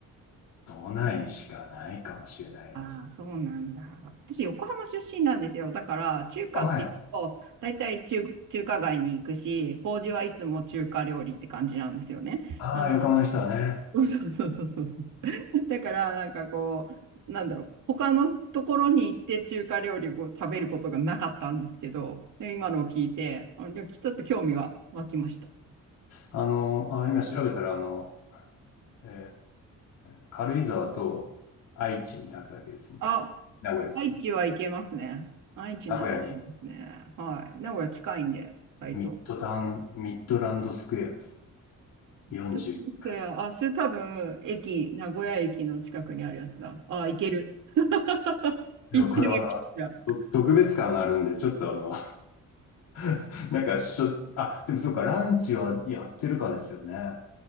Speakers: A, on the left (about 85°); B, on the right (about 65°).
A: 都内しかないかもしれないです。
B: ああ、そうなんだ。私、横浜出身なんですよ。だから、中華っていうと、
A: あはい。
B: 大体中、中華街に行くし、法事はいつも中華料理って感じなんですよね。
A: ああ、
B: なん、
A: 横浜の人はね。
B: そうそうそうそうそう。だから、なんかこう、なんだろう、他のところに行って中華料理を食べることがなかったんですけど、で今のを聞いて、あでちょっと興味は湧きました。
A: あの、あ、今調べたら、あの、えー、軽井沢と愛知にあるだけですみたい。
B: あ、
A: 名古屋ですね。
B: 愛知は行けますね。愛知なら行けますね。
A: 名古屋に
B: はい。名古屋近いんで、意外と。
A: ミッドタウン、ミッドランドスクエアです。41階。
B: トゥルンスクエア、あ、それ多分、駅、名古屋駅の近くにあるやつだ。あ、行ける。<laughs> 行ってみる。
A: でもこれはあの、
B: じゃ
A: と特別感があるんで、ちょっとあの、<laughs> なんかしょ、あ、でもそうか、ランチはやってるかですよね。